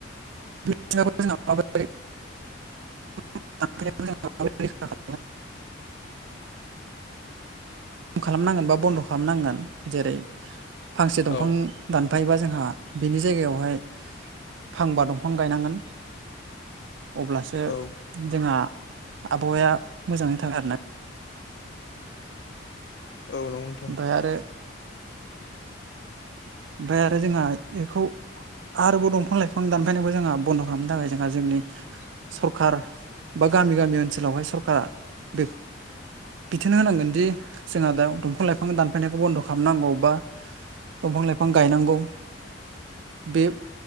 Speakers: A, on the right; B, on the left.
A: <unintelligible> खालामनांगोन बा बन्द' खालामनांगोन जेरै फांसे दंफां
B: औ
A: दानफायोबा जोंहा बिनि जायगायावहाय फांबा दंफां गायनांगोन। अब्लासो
B: औ
A: जोंहा आबहावाया मोजाङै थागोन आरोना।
B: औ नंगौ। नोंथां
A: ओमफ्राय आरो ओमफ्राय आरो जोंहा बेखौ आरोबाव दंफां लाइफां दानफायनायबो जोंहा बन्द' खालामनो थाखाय जोंहा जोंनि सरखार बा गामि गामि ओनसोलावहाय सरखारा बे बिथोन होनांगोनदिे जोंहा दा दंफां लाइ फां दानफायनायखौ बन्द' खालामनांगौ बा दंफां लाइफां गायनांगौ। बे